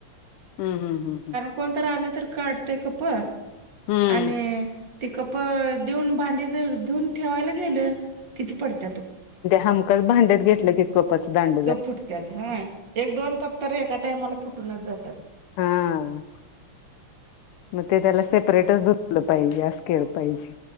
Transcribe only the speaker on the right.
कोणत आलं तर काढतेय कप आणि
ते कप देऊन भांडी देऊन ठेवायला गेलं किती पडत्यातच
कप फुटतात हा एक दोन कप तर एका टायमाला फुटूनच जातात. <unintelligible>